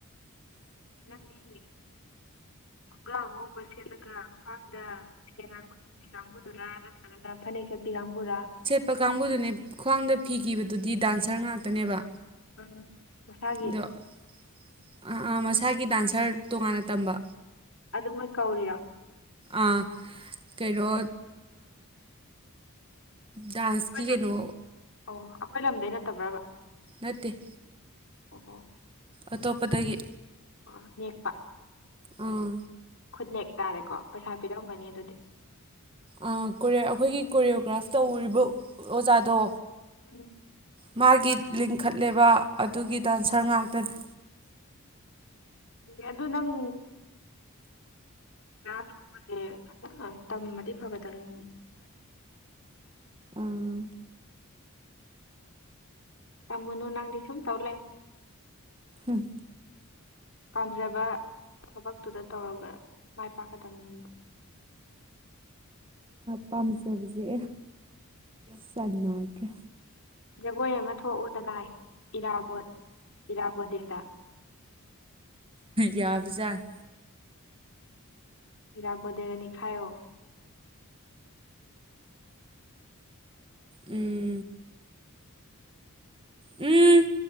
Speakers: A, on the left; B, on the right.
A: ꯅꯗꯤ ꯈꯨꯡꯒꯥ꯭ꯔ ꯑ ꯉꯧꯕ ꯁꯦꯠꯂꯒ ꯈ꯭ꯋꯥꯡꯗ ꯊꯦ ꯉꯥꯡꯕ ꯀꯤꯅꯤ ꯀꯥꯡꯕꯨꯗꯨ ꯂꯥꯛꯑꯒ ꯑꯅ ꯐꯅꯦꯦꯛ ꯀꯕꯤꯒꯝꯕꯨꯔ
B: ꯄꯄ ꯀꯥꯡꯕꯨꯗꯨꯅꯦ ꯈ꯭ꯋꯥꯡꯗ ꯐꯤꯈꯤꯕꯗꯨꯗꯤ ꯗꯥꯟꯁꯔ ꯉꯥꯛꯇꯅꯦꯕ
A: ꯎꯝ ꯃꯁꯥꯒꯤ
B: ꯑꯗꯣꯥ ꯃꯁꯥꯒꯤ ꯗꯥꯟꯁꯔ ꯇꯣꯉꯥꯟꯅ ꯇꯝꯕ
A: ꯑꯗꯨ ꯃꯣꯏ ꯀꯧꯔꯤꯔꯣ
B: ꯑꯥ ꯀꯩꯅꯣ ꯗꯥꯟꯁꯀꯤ
A: ꯑꯩꯈꯣꯏꯅ
B: ꯀꯩꯅꯣ
A: ꯑꯣ ꯑꯩꯈꯣꯏ ꯂꯝꯗꯩ ꯅꯠꯇꯕ꯭ꯔꯕ
B: ꯅꯠꯇꯦ
A: ꯑꯣ ꯍꯣ
B: ꯑꯇꯣꯞꯄꯗꯒꯤ
A: <unintelligible>
B: ꯑꯥ
A: ꯈꯨꯠꯅꯦꯛ ꯇꯥꯔꯦꯀꯣ ꯄꯩꯁꯥ ꯄꯤꯔꯝꯒꯅꯤ ꯑꯗꯨꯗꯤ
B: ꯑꯩꯈꯣꯏꯒꯤ ꯀꯣꯔꯤꯌꯑꯣꯒ꯭ꯔꯥꯐ ꯇꯧꯔꯤꯕ ꯑꯣꯖꯥꯗꯣ
A: ꯎꯝ
B: ꯃꯥꯒꯤ ꯂꯤꯡꯈꯠꯂꯦꯕ ꯑꯗꯨꯒꯤ ꯗꯥꯟꯁꯔ ꯉꯥꯛꯇꯅꯦ
A: ꯑꯗꯨ ꯅꯪ ꯔꯥꯁ ꯀꯨꯝꯕꯁꯦ ꯐꯖꯅ ꯇꯝꯕꯗꯤ ꯐꯒꯗꯝꯕꯅꯤ
B: ꯑꯥ
A: ꯇꯥꯃꯨꯅꯣ ꯅꯪꯗꯤ ꯁꯨꯝ ꯇꯧ ꯂꯩꯌꯣ
B: ꯍꯝ
A: ꯄꯥꯝꯖꯕ ꯊꯕꯛꯇꯨꯗ ꯇꯧꯔꯒ ꯃꯥꯏ ꯄꯥꯛꯀꯗꯕꯅꯦꯕ
B: ꯄꯥꯝꯖꯕꯁꯦ ꯆꯥꯟꯅꯗ꯭ꯔꯦ
A: ꯖꯒꯣꯏ ꯑꯃ ꯊꯣꯛꯎꯗꯅ ꯏꯔꯥꯕꯣꯠ ꯏꯔꯥꯕꯣꯠ ꯗꯦꯗ
B: ꯌꯥꯕ ꯖꯥꯠꯅꯤ
A: ꯏꯤꯔꯥꯕꯣꯠꯗꯦ ꯅꯤꯈꯥꯏꯌꯣ
B: ꯎꯝ ꯎꯝ